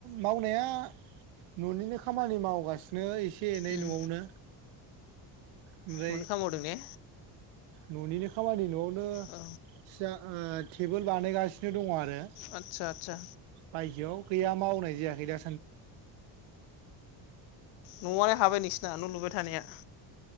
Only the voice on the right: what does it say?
मावनाया ननिनो खामानि मावगासिनो एसे एखे एनै
नआवनो ओमफ्राय
न'निनो खामानि न' नो
सिया ओ टेबोल बानायगासिनो दं आ रो
बायजोआव गैया मावनाय जायाखै दा